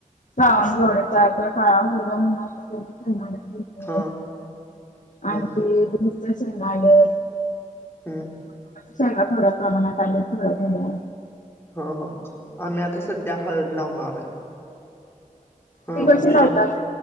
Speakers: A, on the left (about 70°); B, on the left (about 15°).
A: गावकडचा खावन घेवण्याचा काळागेला म्हणून
B: हा हम्म
A: आणते दूसरया शेगा आलय
B: हम्ं
A: शेगा थोड्या प्रमात आल्या तर देतो थोड्या
B: हो हो आम्ही आता संध्या हळद लावणार हा
A: ते कसे
B: शेत
A: लावतात.